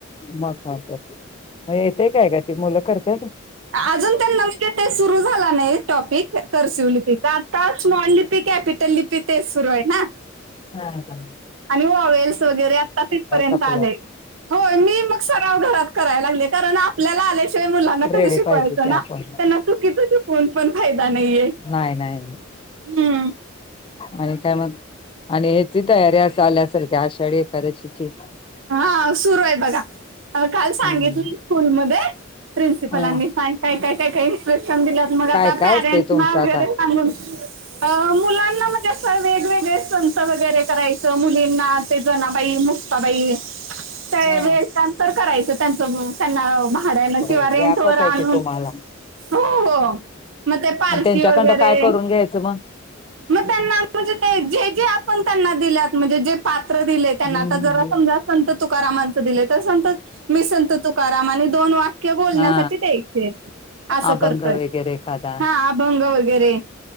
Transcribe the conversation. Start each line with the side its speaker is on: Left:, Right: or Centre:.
Left: मग काय तर मग येतय काय का ती मुलं करतेत.
Right: अजून पण म्हणजे ते सुरू झाला नाही टॉपिक करसिव लिपी आता स्मॉल लिपी, कॅपिटल लिपी तेच सुरु आहे ना.
Left: हा का.
Right: आणि वावेल्स वगैरे आता तिथपर्यंत
Left: आपलं
Right: आलेय. होय, मी मग सराव घरात कराय लागले, कारण आपल्या आल्या ते मुलांना
Left: रेडी
Right: कसं शिकवायचं
Left: पाहिजे की
Right: ना,
Left: आपण
Right: त्यांना चुकीचं शिकवून पण फायदा नाहीये.
Left: न्हाय न्हाय.
Right: हम्म.
Left: आणि काय मग आणि ह्याची तयारी अस आल्यासारखी आषाढी एखकादशीची.
Right: हा सुरू आहे बघा काल सांगितलं
Left: हम्म
Right: स्कूलमध्ये प्रिन्सिपलांनी
Left: ह
Right: काय काय काय काय काय इन्स्ट्रक्शन दिल्यात मग आता
Left: काय काय
Right: पॅरेंट्सना
Left: असते तुमचं
Right: वगैरे
Left: आता
Right: सांगून अ मुलांना म्हणजे असं वेगवेगळे संत वगैरे करायचं मुलींना ते जनाबाई मु ता बाई त्यावेळेस
Left: हा
Right: आन्सर करायचं त्यांच म त्यांना महा भाड्याना
Left: व्यापच
Right: किवा रेंट वर आणून
Left: आहे की तुम्हाला
Right: हो हो. म ते पालखी
Left: आणि त्यांच्याकडं
Right: वगैरे
Left: काय करून घ्यायचं मग
Right: मग त्यांना म्हणजे ते जे जे आपण त्यांना दिल्यात म्हणजे जे पात्र दिले त्यांना
Left: हम्म
Right: आता जरा समजा संत तुकारामांच दिले तर संत मी संत तुकारामनी आणि दोन वा क्य बोलणंसाठी
Left: हा
Right: द्यायचे असं
Left: अभंग
Right: करतंय
Left: वगैरे एखादा
Right: हा आ भंग वगैरे